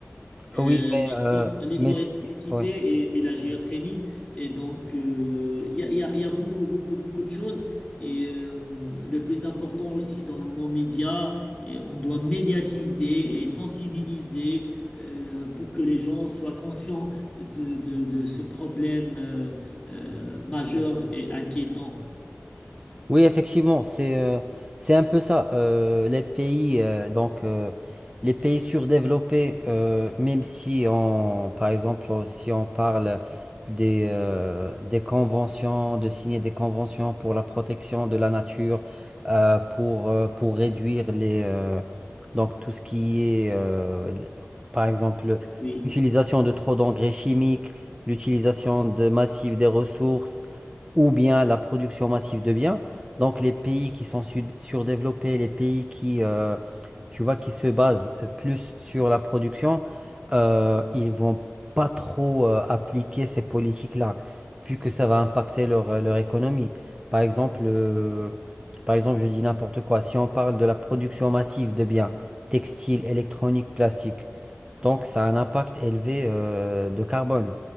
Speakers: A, on the left; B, on the right.
A: euh,
B: Oui, mais,
A: l'hydro-
B: euh,
A: l'hydroélectricité
B: mais si, oui.
A: et, et la géothermie. Et donc, euh, il y a, il y a- il y a beaucoup, beaucoup, beaucoup de choses. Et euh, le plus important aussi dans nos médias, et on doit médiatiser et sensibiliser euh, pour que les gens soient conscients de, de- de ce problème euh, euh, majeur et inquiétant.
B: Oui, effectivement, c'est euh, c'est un peu ça. Euh, les pays euh, donc euh, les pays surdéveloppés, euh, même si on par exemple euh, si on parle des euh, des conventions, de signer des conventions pour la protection de la nature, euh, pour euh, pour réduire les euh, donc tout ce qui est euh, l- par exemple
A: Oui,
B: l'utilisation de trop d'engrais chimiques, l'utilisation de massive des ressources ou bien la production massive de biens. Donc les pays qui sont sud- surdéveloppés, les pays qui, euh, tu vois, qui se basent euh, plus sur la production, euh, ils vont pas trop euh, appliquer ces politiques-là, vu que ça va impacter leur, euh, leur économie. Par exemple, euh, par exemple, je dis n'importe quoi. Si on parle de la production massive de biens textiles, électroniques, plastiques, donc, ça a un impact élevé euh, de carbone.